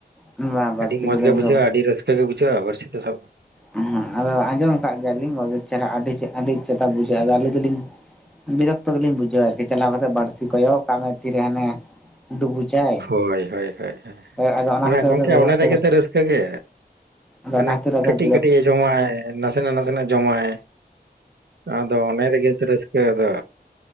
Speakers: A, in the centre; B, on the right.
A: ᱵᱟ ᱵᱟᱹᱲᱥᱤ
B: ᱟᱹᱰᱤ ᱢᱚᱸᱡᱽ
A: ᱠᱚᱫᱚ
B: ᱜᱮ
A: ᱩᱱᱠᱩ
B: ᱵᱩᱡᱷᱟᱹᱜᱼᱟ ᱟᱹᱰᱤ ᱨᱟᱹᱥᱠᱟᱹ ᱜᱮ ᱵᱩᱡᱷᱟᱹᱜᱼᱟ ᱵᱟ. ᱲᱥᱤ ᱛᱮ ᱥᱟᱵ ᱫᱚ
A: ᱦᱩᱸ ᱟᱫᱚ ᱟᱸᱡᱚᱢ ᱠᱟᱜ ᱜᱮᱭᱟᱞᱤᱧ ᱵᱟᱹᱜᱮ ᱪᱮᱦᱨᱟ ᱟᱹᱰᱤ ᱟᱹᱰᱤ ᱪᱮᱛᱟ ᱵᱩᱡᱷᱟᱹᱜᱼᱟ ᱟᱫᱚ ᱟᱹᱞᱤᱧ ᱫᱚᱞᱤᱧ ᱵᱤᱨᱚᱠᱛᱚ ᱜᱮᱞᱤᱧ ᱵᱩᱡᱷᱟᱹᱣᱟ ᱟᱨᱠᱤ ᱪᱟᱞᱟᱣ ᱠᱟᱛᱮᱫ ᱵᱟᱹᱲᱥᱤ ᱠᱚᱭᱚᱜ ᱠᱟᱜ ᱢᱮ ᱛᱤᱨᱮ ᱦᱟᱱᱮ ᱰᱩᱵᱩᱪᱟᱭ
B: ᱦᱳᱭ ᱦᱳᱭ ᱦᱳᱭ
A: ᱦᱳᱭ ᱟᱫᱚ ᱚᱱᱟ
B: ᱚᱱᱮ
A: ᱠᱷᱟᱹᱛᱤᱨ
B: ᱜᱚᱝᱠᱮ
A: ᱟᱫᱚ ᱵᱤᱨᱚᱠᱛᱚ
B: ᱚᱱᱟ ᱨᱮᱜᱮ ᱛᱚ ᱨᱟᱹᱥᱠᱟᱹ ᱜᱮ
A: ᱟᱫᱚ
B: ᱦᱟᱱᱮ
A: ᱚᱱᱟ ᱠᱷᱟ. ᱛᱤᱨ ᱟᱫᱚ
B: ᱠᱟᱹᱴᱤᱡ
A: ᱵᱤᱨᱚ
B: ᱠᱟᱹᱴᱤᱡ ᱮ ᱡᱚᱢᱟᱜ ᱟᱭ ᱱᱟᱥᱮᱱᱟᱜ ᱱᱟᱥᱮᱱᱟᱜ ᱡᱚᱢᱟᱭ ᱟᱫᱚ ᱚᱱᱟ ᱨᱮᱜᱮ ᱛᱚ ᱨᱟᱹᱥᱠᱟᱹ ᱫᱚ